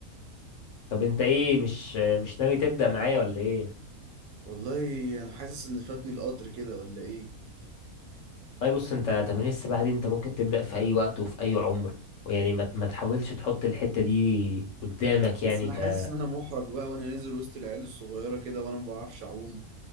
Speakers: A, on the left; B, on the right.
A: طب انت ايه مش مش ناوي تبدأ معايا ولا ايه
B: والله انا حاسس ان فاتني القطر كده ولا ايه
A: طيب بص انت تمارين السباحة دي انت ممكن تبدأ في اي وقت وفي اي عمر ويعني ما ما تحاولش تحط الحتة دي قدامك
B: بس
A: يعني
B: انا
A: ك
B: حاسس
A: يا
B: ان انا محرج بقى وانا نازل وسط العيال الصغيرة كده وانا ما بعرفش اعوم